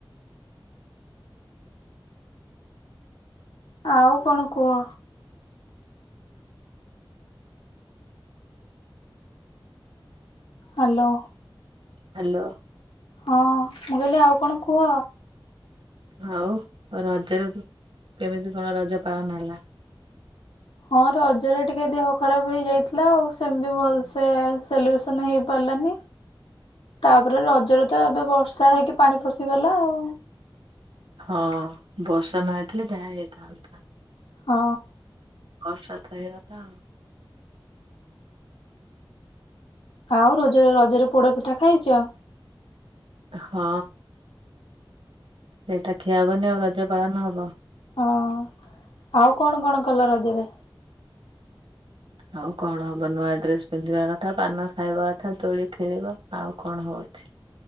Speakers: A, on the left; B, on the right.
A: ଆଉ କଣ କୁହ? ହାଲୋ।
B: ହାଲୋ।
A: ହଁ ମୁଁ କହିଲି ଆଉ କଣ କୁହ?
B: ହଉ ରଜରେ କେମିତି କଣ ରଜ ପାଳନ ହେଲା?
A: ହଁ ରଜରେ ଟିକେ ଦେହ ଖରାପ ହେଇଯାଇଥିଲା ଆଉ ସେମିତି ଭଲସେ ସେଲିବ୍ରେସନ ହେଇପାରିଲାନି। ତାପରେ ରଜରେ ତ ଏବେ ବର୍ଷା ହେଇକି ପାଣି ପଶିଗଲା ଆଉ।
B: ହଁ ବର୍ଷା ନ ହେଇଥିଲେ ଯାହା ହେଇଥାନ୍ତା।
A: ହଁ।
B: ବର୍ଷା ତ। <unintelligible>
A: ଆଉ ରଜ ରଜରେ ପୋଡା ପିଠା ଖାଇଚ?
B: ହଁ। ସେଇଟା ଖିଆହବନି ଆଉ ରଜ ପାଳନ ହବ।
A: ହଁ ଆଉ କଣ କଣ କଲ ରଜରେ?
B: ଆଉ କଣ ହବ ନୂଆ ଡ୍ରେସ ପିନ୍ଧିବା କଥା, ପାନ ଖାଇବା କଥା, ଦୋଳି ଖେଳିବ ଆଉ କଣ ହଉଛି।